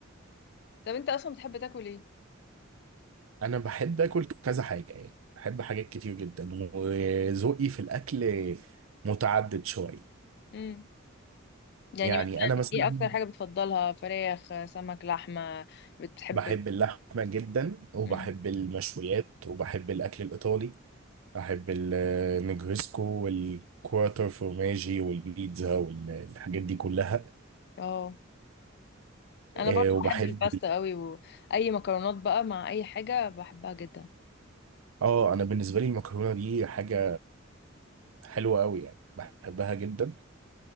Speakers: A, on the left; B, on the right.
A: طب انت اصلا بتحب تاكل ايه
B: انا بحب اكل كذا حاجه يعني بحب حاجات كتير جدا وذوقي في الاكل متعدد شويه
A: امم يعني
B: يعني
A: مثلا
B: انا مثلا
A: ايه اكتر حاجة بتفضلها فراخ سمك لحمة بتحب
B: بحب
A: ال-
B: اللحمه جدا وبحب
A: امم
B: المشويات وبحب الاكل الايطالي بحب النجريسكو والكوارتر فورماجي والبيتزا والحاجات دي كلها
A: اه انا
B: آه،
A: برضه
B: وبحب
A: بحب الباستا قوي واي مكرونات بقى مع اي حاجه بحبها جدا
B: اه انا بالنسبه لي المكرونه دي حاجه حلوه قوي يعني بحبها جدا